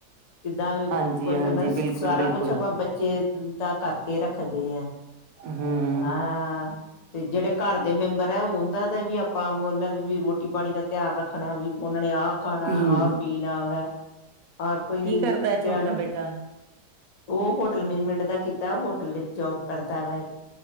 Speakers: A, on the left; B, on the right.
A: ਕਿੱਦਾਂ
B: ਹਾਂਜੀ
A: ਕੋਈ
B: ਹਾਂਜੀ
A: ਕਨਸ
B: ਬਿਲਕੁਲ
A: ਸਾਰਾ
B: ਬਿਲਕੁਲ
A: ਕੁਛ ਆਪਾਂ ਬੱਚੇ ਦਾ, ਕਰਕੇ ਰੱਖਦੇ ਹਾ।
B: ਹੂੰ
A: ਹਾਂ ਤੇ ਜਿਹੜੇ ਘਰ ਦੇ ਮੈਂਬਰ ਹੈ। ਉਹਨਾਂ ਦਾ ਵੀ ਆਪਾਂ ਉਹਨਾਂ ਵੀ ਰੋਟੀ ਪਾਣੀ ਦਾ ਧਿਆਨ ਰੱਖਣਾ। ਵੀ ਉਹਨਾਂ ਨੇ ਆ ਖਾਣਾ
B: ਹੂੰ
A: ਆ ਪੀਣਾ ਵਾ। ਹਰ ਕੋਈ
B: ਕੀ ਕਰਦਾ ਹੈ
A: ਧਿਆਨ
B: ਛੋਟਾ ਬੇਟਾ
A: ਉਹ ਹੋਟਲ ਮੈਨੇਜਮੈਂਟ ਦਾ ਕੀਤਾ, ਹੋਟਲ ਵਿੱਚ ਜੋਬ ਕਰਦਾ ਵਾ।